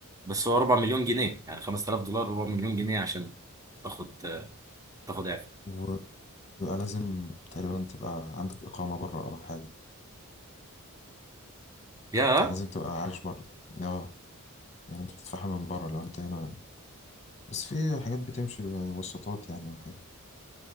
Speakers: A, on the right; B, on the left.
A: بس هو 4 مليون جنيه يعني 5000 دولار 4 مليون جنيه عشان تاخد تاخد اعفاء
B: يعني بيبقى لازم تقريبا تبقى عندك إقامة بره أو حاجة
A: يا
B: يعني لازم تبقى عايش بره اه يعني انت بتدفعها من بره لو انت هنا بس في حاجات بتمشي بواسطات يعني او حاجة